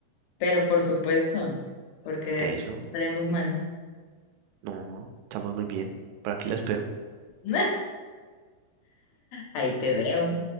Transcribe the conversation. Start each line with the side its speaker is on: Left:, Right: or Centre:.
Left: Pero por supuesto, porque
Right: Eso.
Left: estaremos mal.
Right: No, no, estamos muy bien. Por aquí la espero.
Left: <laughs> Ahí te veo.